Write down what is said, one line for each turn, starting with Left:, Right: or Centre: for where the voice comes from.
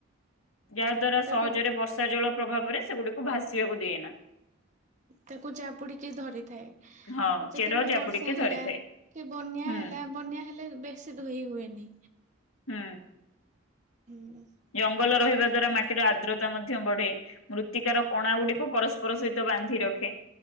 Left: ଯାହାଦ୍ୱାରା
Right: ତାକୁ
Left: ସହଜରେ ବର୍ଷା ଜଳ ପ୍ରଭାବରେ ସେଗୁଡିକୁ ଭାସିଆକୁ ଦିଏ ନା।
Right: ତାକୁ ଜାବୁଡିକି ଧରେ। ଥାଏ
Left: ହଁ
Right: ଯେତେବେଳେ
Left: ଚେର ଜାବୁଡିକି
Right: ବର୍ଷା ହେଲା
Left: ଧରିଥାଏ
Right: କି ବନ୍ୟା
Left: ହୁଁ।
Right: ହେଲା ବନ୍ୟା ହେଲେ ବେଶୀ ଧୋଇ ହୁଏନି।
Left: ହୁଁ।
Right: ହୁଁ
Left: ଜଙ୍ଗଲ ରହିବା ଦ୍ଵାରା ମାଟିର ଆର୍ଦ୍ରତା ମଧ୍ୟ ବଢେ ମୃତ୍ତିକାର କଣା ଗୁଡିକୁ ପରସ୍ ପର ସହିତ ବାନ୍ଧି ରଖେ।